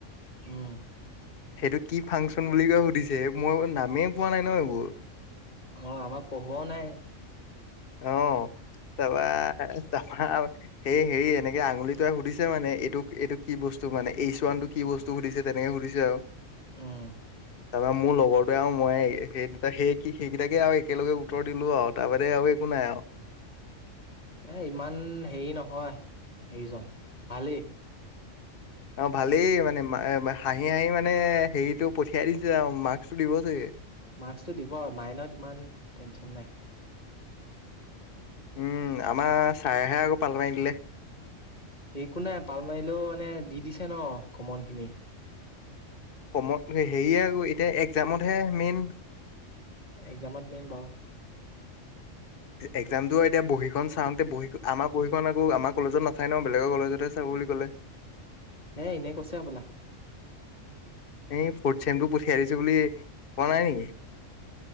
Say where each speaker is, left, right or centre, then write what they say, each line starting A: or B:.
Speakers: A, on the left; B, on the left.
A: উম
B: সেইটো কি ফাংচন বুলি কয় সুধিছে মই নামেই পোৱা নাই ন এইবোৰ
A: অ আমাক পঢ়োৱাও নাই।
B: অ তপা তাৰপা সেই হেৰি এনেকে আঙুলিটোৱাই সুধিছে মানে এইটোক এইটো কি বস্তু মানে এইচ ৱানতটো কি বস্তু সুধিছে তেনেকে সুধিছে আৱ।
A: উম
B: তাৰপা মোৰ ল'গৰটোৱে আৰু মই সেই সেই সেইকেইটাকে আৰু একেলগে উত্তৰ দিলো আৰু তাৰ বাদে আৰু একো নাই আৰু-
A: এ ইমান হেৰি নহয় এইজন ভালেই।
B: অ ভালেই মানে হাঁহি হাঁহি মানে হেৰিটো পঠিয়াই দিছে আৰু মাৰ্কচটো দিব যে-
A: মাস্সটো দিব আৰু মাইনত ইমান টেনচন নাই।
B: উম আমাৰ ছাৰেহে আকৌ পাল মাৰ দিলে।
A: একো নাই পাল মাৰিলেও মানে দি দিছে ন কমন খিনি
B: কমন হেৰিয়ে আক এতিয়া একজামতহে মেইন
A: একজামত হয়। বাৰু-
B: একজামটো এতিয়া বহীখন চাওঁতে বহী আমাৰ বহীখন আকৌ আমাৰ কলেজত নাচায় ন বেলেগৰ কলেজতেহে চাব বুলি কলে।
A: এ এনেই কৈছে সবলা
B: এই ফৰ্থ চেমটো পঠিয়াই দিছো বুলি কোৱা নাই নেকি